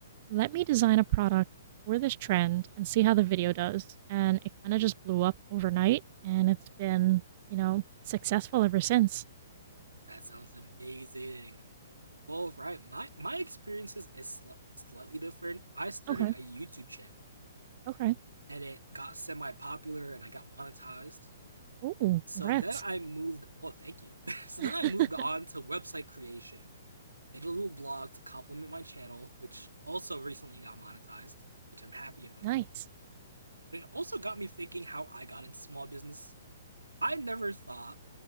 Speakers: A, on the right (about 40°); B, on the right (about 80°).
A: Let me design a product for this trend and see how the video does. And it kind of just blew up overnight and it's been, you know, successful ever since.
B: That sounds amazing. All right, my my experiences is sl- slightly different. I started
A: Okay.
B: a YouTube channel
A: Okay.
B: and it got semi-popular and I got monetized.
A: Ooh,
B: So
A: congrats.
B: then I moved. Oh, thank you. <laughs> so
A: <laughs>
B: then I moved on to website creation. Did a little blog to complement my channel, which also recently got monetized, which I'm happy about.
A: nice.
B: But it also got me thinking how I got into small business. I never thought